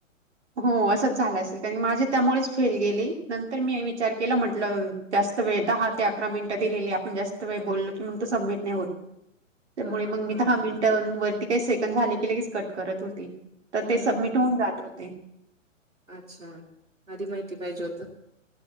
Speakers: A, on the right; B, on the right.
A: हो असंच झालं असेल कारण माझे त्यामुळेच फेल गेली नंतर मी विचार केला म्हटलं जास्त वेळ दहा ते अकरा मिनट दिलेली आप न जास्त वेळ बोललो की मग तो सबमिट नाही होत. त्यामुळे
B: हा हा
A: मग मी
B: हा
A: दहा मिनिटां वरती काही सेकंड झाले की लगेच कट करत होती. तर
B: हम्म
A: ते सबमिट
B: हम्म
A: होऊन जात होते.
B: अच्छा आधी माहिती पाहिजे होत.